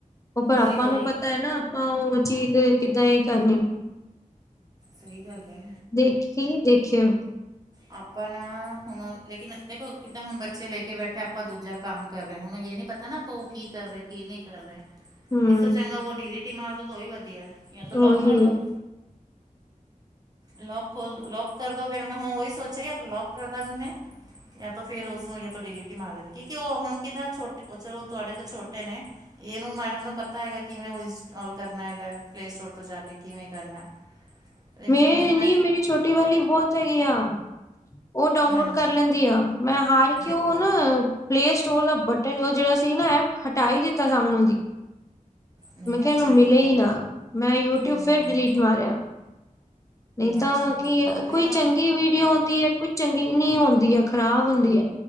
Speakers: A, on the left; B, on the right.
A: ਉਹ ਪਰ ਆਪਾਂ
B: ਉਹੀ ਉਹੀ
A: ਨੂੰ ਪਤਾ ਹੈ ਨਾ ਆਪਾਂ ਉਹ ਚੀਜ਼ ਕਿੱਦਾਂ ਹੀ ਕਰਨੀ
B: ਸਹੀ ਗੱਲ ਹੈਏ
A: ਦੇਖੀ ਦੇਖੇਓ
B: ਆਪਾਂ ਨਾ ਹੁਣ ਲੇਕਿਨ ਦੇਖੋ ਕਿੱਦਾਂ ਹੁਣ ਬੱਚੇ ਲੈ ਕੇ ਬੈਠੇ ਆਪਾਂ ਦੂਜਾ ਕੰਮ ਕਰ ਰਹੇ ਹਾਂ ਹੁਣ ਇਹ ਨੀ ਪਤਾ ਨਾ ਆਪ ਉਹ ਕੀ ਕਰ ਰਿਹਾ ਕੀ ਨਹੀਂ ਕਰ ਰਹੇ
A: ਹੂੰ।
B: ਇਸ ਤੋਂ ਚੰਗਾ ਉਹ ਡੀਲੀ ਟੀ ਮਾਰ ਦੋ ਤਾਂ ਉਹੀ ਵਧੀਆ ਜਾਂ ਤ ਲੋਕ
A: ਉਹੀ
B: ਕਰ ਦੋ ਲੋਕਕ ਖੋਲ ਦੋ ਲੋਕ ਕਰ ਦੋਗੇ ਮੈਂ ਹੁਣ ਉਹੀ ਸੋਚਿਆ ਯ ਤ ਲੋਕਕ ਕਰ ਦਾਂਗੀ ਮੈਂ ਜਾਂ ਤਾਂ ਫੇਰ ਉਸਨੂੰ ਤੁਹਾਡੀ ਲਿਟੀ ਮਾਰ ਦੇਣੀ ਕਿ ਉਹ ਹੁਣ ਕਿੱਦਾਂ ਛੋਟੇ ਉਹ ਚਲੋ ਤੁਹਾਡੇ ਤੋਂ ਛੋਟੇ ਨੇ ਇਹਨੂੰ ਮੈਡਮ ਨੂੰ ਪਤਾ ਹੈਗਾ ਕਿਵੇਂ ਉਹ ਇੰਸਟੋਾਲ ਕਰਨਾ ਹੈਗਾ ਪਲੇ ਸਟੋਰ ਤੋਂ ਜਾ ਕੇ ਕਿਵੇਂ ਕਰਨਾ ਲੇਕਿਨ
A: ਮੈਂ
B: ਹੁਣ ਤਾਂ
A: ਨਹੀਂ ਮੇਰੀ ਛੋਟੀ ਵਾਲੀ ਬਹੁਤ ਹੈਗੀ ਆ ਉਹ ਡਾਊਨਲੋਡ
B: ਹਾਂਜੀ
A: ਕਰ ਲੈਂਦੀ ਆ ਮੈਂ ਹਾਰ ਕੇ
B: ਦੇਖੋ
A: ਉਹ ਨਾ ਪਲੇ ਸਟੋਰ ਦਾ ਬਟਨ ਉਹ ਜਿਹੜਾ ਸੀ ਨਾ ਹਟਾਈ ਦਿੱਤਾ ਸਾਮਣੇ ਦੀ
B: ਨਹੀਂ
A: ਮੈਂ ਕਿਹਾ
B: ਅੱਛਾ
A: ਇਹਨੂੰ ਮਿਲੇ
B: ਕੀਤਾ
A: ਹੀ ਨਾ ਮੈਂ ਯੂਟਿਊਬ
B: ਨਹੀਂ
A: ਫਿਰ
B: ਨਹੀਂ
A: ਡਿਲੀਟ ਮਾਰਿਆ ਨਹੀਂ ਤਾਂ
B: ਅੱਛਾ
A: ਕੀ
B: ਉਹੀ
A: ਕੋਈ
B: ਨਾ
A: ਚੰਗੀ ਵੀਡੀਓ ਆਉਂਦੀ ਹੈ ਕੋਈ ਚੰਗੀ ਨੀ ਆਉਂਦੀ ਹੈ ਖ਼ਰਾਬ ਹੁੰਦੀ ਹੈ